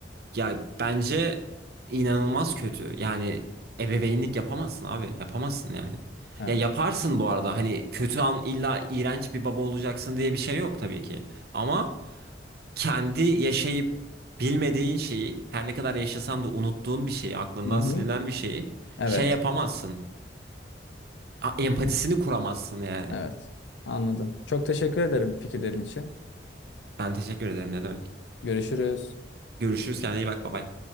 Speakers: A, on the right (about 60°); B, on the left (about 80°).
A: ya bence inanılmaz kötü. Yani ebeveynlik yapamazsın abi, yapamazsın yani.
B: Evet.
A: Ya yaparsın bu arada hani kötü an illa iğrenç bir baba olacaksın diye bir şey yok tabii ki. Ama kendi yaşayıp bilmediğin şeyi, her ne kadar yaşasan da unuttuğun bir şeyi, aklından
B: Hı hı.
A: silinen bir şeyi
B: Evet.
A: şey yapamazsın. A- Empatisini kuramazsın yani.
B: Evet. Anladım. Çok teşekkür ederim fikirlerin için.
A: Ben teşekkür ederim ne demek.
B: Görüşürüz.
A: Görüşürüz kendine iyi bak bay bay.